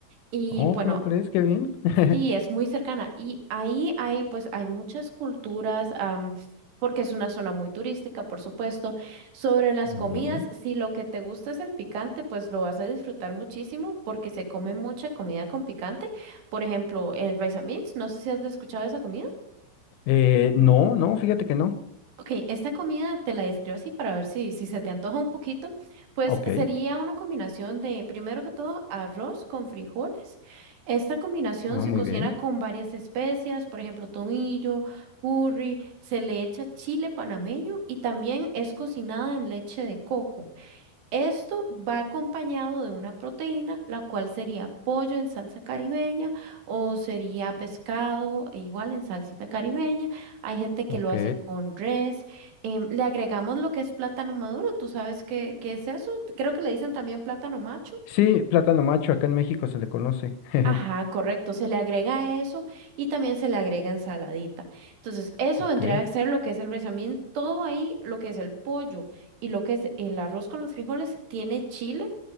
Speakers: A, on the right; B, on the left.
A: Y
B: Oh,
A: bueno,
B: ¿cómo crees? Qué bien. <laughs>
A: Sí, es muy cercana. Y ahí hay, pues, hay muchas culturas, am, porque es una zona muy turística, por supuesto. Sobre las
B: Muy
A: comidas,
B: bien.
A: si lo que te gusta es el picante, pues lo vas a disfrutar muchísimo porque se come mucha comida con picante. Por ejemplo, el rice and beans, no sé si has escuchado esa comida.
B: Eh, no, no, fíjate que no.
A: Ok, esta comida te la describo así para ver si, si se te antoja un poquito. Pues
B: Ok.
A: sería una combinación de, primero que todo, arroz con frijoles. Esta combinación
B: Ah,
A: se
B: muy
A: cocina
B: bien.
A: con varias especias, por ejemplo, tomillo, curry, se le echa chile panameño y también es cocinada en leche de coco. Esto va acompañado de una proteína, la cual sería pollo en salsa caribeña o sería pescado e igual en salsita caribeña. Hay gente que
B: Ok.
A: lo hace con res. Em, le agregamos lo que es plátano maduro. ¿Tú sabes qué, qué es eso? Creo que le dicen también plátano macho.
B: Sí, plátano macho, acá en México se le conoce. <laughs>
A: Ajá, correcto. Se le agrega eso y también se le agrega ensaladita. Entonces, eso
B: Ok,
A: vendría a ser lo que es el también Todo ahí, lo que es el pollo y lo que es el arroz con los frijoles, tiene chile.